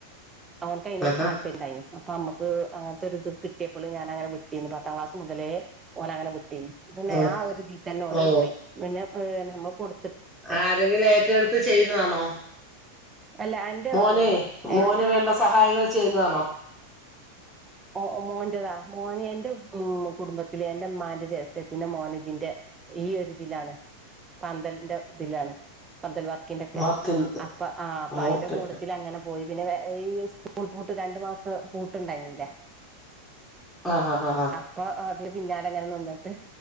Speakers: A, on the right; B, in the centre.
A: മോൻക്കയ്നോട്
B: ആഹാ
A: താല്പ പര്യം ഇണ്ടായിന്ന് അപ്പൊ അമ്മക്ക് അങ്ങത്തൊര് ഇത് കിട്ടിയപ്പള് ഞാനങ്ങനെ വിട്ടീന്നു പത്താം ക്ലാസ് മുതലേ ഓനങ്ങനെ വിടീന്നു പിന്നെ
B: ആഹ്
A: ആ ഒര് ഇതീതന്നെ ഓന്
B: ഓ
A: പോയി പിന്നെ ഹ് നമ്മള് കൊട്
B: ആരെങ്കിലും ഏറ്റെട്ത്ത് ചെയ്യുന്നതാണോ
A: അല്ല എന്റെ
B: മോനെയ് മോന്
A: എന്റെ
B: വേണ്ട സഹായങ്ങൾ ചെയ്യുന്നതാണോ
A: ആഹ് മോന്റതാ മോന് എന്റെ ഉം കുടുംബത്തില് എന്റെഇമ്മാന്റെ ജേസ്ട്ടത്തിന്റെ മോന് ഇതിന്റെ ഈയൊര് ഇതിലാണ് പന്തൽന്റെ ഇതിലാണ് പന്തൽ വർക്കിന്റെക്കെ
B: വർക്കിൻ
A: അപ്പൊ ആഹ് അപ്പയ്ലെ
B: ഓക്കെ
A: കൂട്ടത്തില് അങ്ങനെ പോയി പിന്നെ വേ ഈ സ്കൂൾ പൂട്ട് രണ്ടു മാസ്ത്തെ പൂട്ട് ഇണ്ടായ്നിലെ
B: ആഹ് ഹ ഹ ഹ
A: അപ്പൊ അതിന്റെ പിന്നാലെ ഇങ്ങനെ നിന്ന്ട്ട്